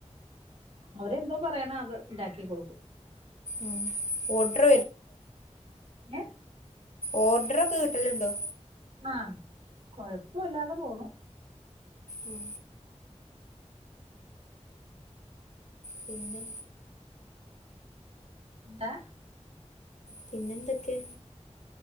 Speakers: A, on the right; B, on the left.
A: അവരെന്തോ പറയാനോ അത് ഉണ്ടാക്കി കൊടുക്കും
B: ഉം ഓർഡർ
A: ഏ
B: ഓർഡർ ഒക്കെ കിട്ടലുണ്ടോ
A: ആ കൊഴപ്പല്ലാതെ പോണു
B: ഉം പിന്നെ
A: എന്താ
B: പിന്നെന്തൊക്കെ